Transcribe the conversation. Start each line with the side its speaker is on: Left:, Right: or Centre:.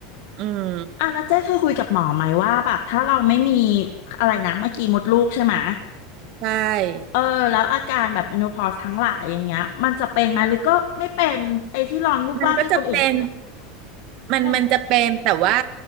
Right: อืม
Left: อ่ะแล้วเจ๊เคยคุยกับหมอไหมว่าแบบถ้าเราไม่มีอะไรนะเมื่อกี้มดลูกใช่ไหม
Right: ใช่
Left: เออแล้วอาการแบบเมโนพอสทั้งหลายอย่างเงี้ยมันจะเป็นไหมหรือก็ไม่เป็นไอ้ที่ร้อนวูบวาบที่คนอื่นเขาพูดอะ
Right: มันก็จะเป็น มันมันจะเป็นแต่ว่า
Left: เป็น